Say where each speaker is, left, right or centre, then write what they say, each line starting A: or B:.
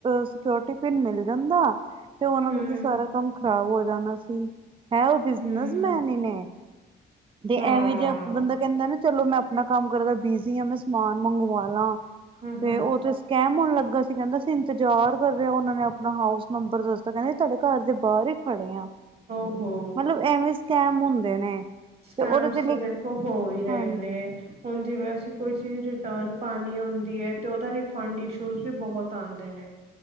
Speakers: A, on the right; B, on the right.
A: ਸਕਿਓਰਟੀ ਪਿੰਨ ਮਿਲ ਜਾਂਦਾ ਤੇ ਉਹਨਾਂ
B: ਹੂੰ
A: ਦਾ ਤਾਂ ਸਾਰਾ ਕੰਮ ਖ਼ਰਾਬ ਹੋ ਜਾਣਾ ਸੀ। ਹੈ ਉਹ ਬਿਜਨਸਮੈਨ
B: ਹੂੰ
A: ਹੀ ਨੇ। ਤੇ
B: ਹਾਂ
A: ਐਵੇਂ ਜੇ ਬੰਦਾ ਕਹਿੰਦਾ ਨਾ ਚਲੋ ਮੈਂ ਆਪਣਾ ਕੰਮ ਕਰਦਾ ਬਿਜੀ ਹਾਂ ਮੈਂ ਸਮਾਨ ਮੰਗਵਾ ਲਾਂ
B: ਹੂੰ
A: ਤੇ
B: ਹੂੰ
A: ਉਹ ਥੇ ਸਕੇਮ ਹੋਣ ਲੱਗਾ ਸੀ, ਕਹਿੰਦਾ ਸੀ ਇੰਤਜ਼ਾਰ ਕਰ ਉਹਨਾ ਨੇ ਆਪਣਾ ਹਾਊਸ ਨੰਬਰ ਦੱਸਤਾ ਕਹਿੰਦੇ ਤੁਹਾਡੇ ਘਰ ਦੇ ਬਾਹਰ ਹੀ ਖੜੇ ਆ।
B: ਓਹ ਹੋ।
A: ਮਤਲਬ <unintelligible>
B: ਸਕੈਮਸ
A: ਤੇ ਉਹਦੇ ਤੇ
B: ਦੇਖੋ ਹੋ ਹੀ ਰਹੇ
A: ਹਾਂਜੀ
B: ਨੇ ਹੁਣ ਜਿਵੇਂ ਅਸੀਂ ਕੋਈ ਚੀਜ਼ ਰਿਟਰਨ ਪਾਣੀ ਹੁੰਦੀ ਹੈ ਤੇ ਉਹਦਾ ਰਿਫੰਡ ਇਸ਼ੂਜ ਵੀ ਬਹੁਤ ਆਉਂਦੇ ਨੇ।